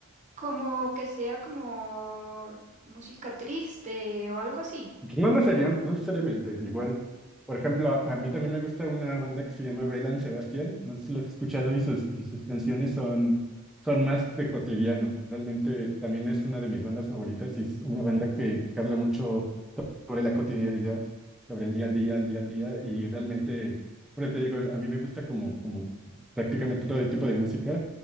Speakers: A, on the right; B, in the centre.
A: Como que sea como música triste o algo así.
B: No necesariam- no necesariamente, igual. Por ejemplo, a, a mí también me gusta una banda que se llama Bailan Sebastián. No sé si lo has escuchado y sus, y sus canciones son, son más de cotidiano. Realmente también es una de mis bandas favoritas y es una banda que, que habla mucho sobre la cotidianidad, sobre el día al día, al día al día. Y realmente, pues te digo, a mí me gusta como, como prácticamente todo tipo de música